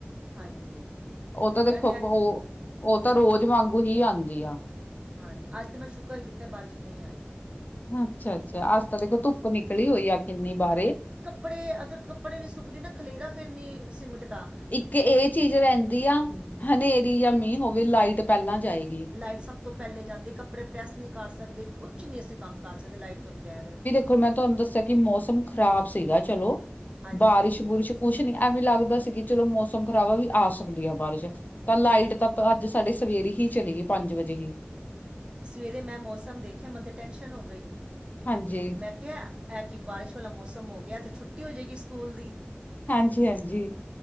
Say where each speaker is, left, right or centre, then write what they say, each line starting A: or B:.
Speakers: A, on the right; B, on the left.
A: ਹਾਂਜੀ
B: ਓ ਤਾ
A: ਮੈਂ
B: ਦੇਖੋ
A: ਤੇ ਅੱਜ
B: ਓ, ਓ ਤਾ
A: ਹਾਂਜੀ
B: ਰੋਜ ਵਾਂਗੂ ਹੀ ਆਂਦੀ ਆ।
A: ਹਾਂਜੀ, ਆੱਜ ਤਾ ਮੈਂ ਸ਼ੁਕਰ ਕੀਤੈ ਬਾਰਿਸ਼ ਨਈ ਆਈ।
B: ਅੱਛਾ-ਅੱਛਾ ਆੱਜ ਤਾ ਦੇਖੋ ਤੁੱਪ ਨਿਕਲੀ ਓਈ ਆ ਕਿੰਨੀ ਬਾਰੇ।
A: ਕਪੜੇ ਅਗਰ ਕਪੜੇ ਨੀ ਸੁੱਕਦੇ ਨਾ ਖਲੇਰਾ ਫੇਰ ਨੀ ਸਮੀਟ ਦਾ।
B: ਇੱਕ ਏ ਚੀਜ਼ ਰੈਂਦੀ ਆ, ਹਨੇਰੀ ਯਾ ਮੀਂ ਹੋਵੇ ਲਾਈਟ ਪੈਲਾਂ ਜਾਏਗੀ।
A: ਲਾਈਟ ਸਬ ਤੋ ਪੈਲੇ ਜਾਂਦੀ ਕੱਪੜੇ ਪ੍ਰੈਸ ਨੀ ਕਾਰ ਸਕਦੇ ਕੁਛ ਨੀ ਅਸੀ ਕਾੱਮ ਕਾਰ ਸਕਦੇ ਲਾਈਟ ਤੋ ਬਗੈਰ।
B: ਕੋਈ ਮੈਂ ਤੁਆਨੂੰ ਦੱਸੇਆ ਕਿ ਮੌਸਮ ਖ਼ਰਾਬ ਸੀਗਾ ਚਲੋ,
A: ਹਾਂਜੀ
B: ਬਾਰਿਸ਼-ਬੁਰਿਸ਼ ਕੁਛ ਨੀ ਐਵੇ ਲਾਗਦਾ ਸੀ ਕਿ ਚਲੋ ਮੌਸਮ ਖ਼ਰਾਬ ਵੀ ਆ ਸਕਦੀ ਆ ਬਾਰਿਸ਼। ਤਾ ਲਾਈਟ ਤ ਤਾ ਆੱਜ ਸਾਡੇ ਸਵੇਰੇ ਹੀ ਚਲੀ ਗੀ ਪਾਂਜ ਵਜੇ ਹੀ।
A: ਸਵੇਰੇ ਮੈਂ ਮੌਸਮ ਦੇਖਯਾ ਮੈਨ ਤਾਂ ਟੈਂਸ਼ਨ ਓ ਗਈ,
B: ਹਾਂਜੀ
A: ਮੈਂ ਕਯਾ ਐ ਕਿ ਬਾਰਿਸ਼ ਵਾਲਾ ਮੌਸਮ ਓ ਗੇਐ ਐ ਤੇ ਛੁੱਟੀ ਓ ਜੇਗੀ ਸਕੂਲ ਦੀ।
B: ਹਾਂਜੀ-ਹਾਂਜੀ।